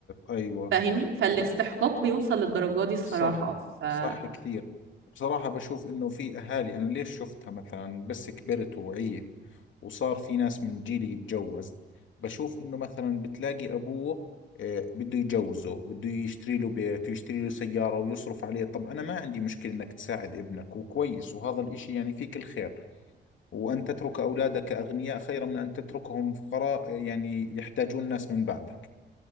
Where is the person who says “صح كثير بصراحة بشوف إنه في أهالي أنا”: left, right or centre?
Left